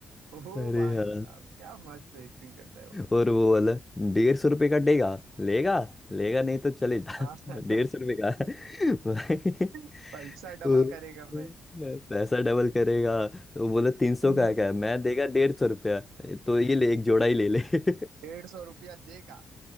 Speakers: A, on the right; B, on the left.
A: ओ
B: अरे
A: भाई
B: हाँ
A: साहब क्या मस्त एक्टिंग करता है वो लोग
B: और वो वाला डेढ़ सौ रुपये का देगा लेगा लेगा नहीं तो चले जा
A: हाँ,
B: <laughs> डेढ़ सौ रुपये का <laughs> भाई
A: <laughs> पैसा
B: वो
A: डबल करेगा मैं
B: पैसा डबल करेगा तो बोला तीन सौ
A: हम्म।
B: का है क्या मैं देगा डेढ़ सौ रुपया तो ये ले एक जोड़ा ही ले ले <laughs>
A: डेढ़ सौ रुपया देगा